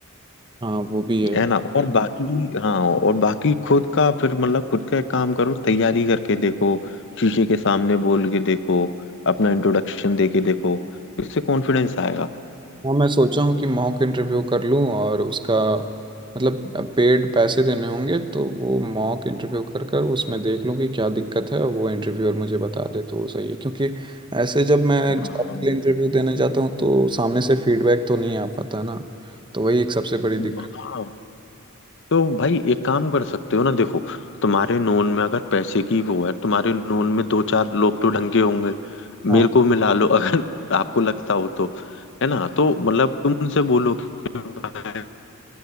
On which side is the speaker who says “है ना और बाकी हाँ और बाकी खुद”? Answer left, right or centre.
Left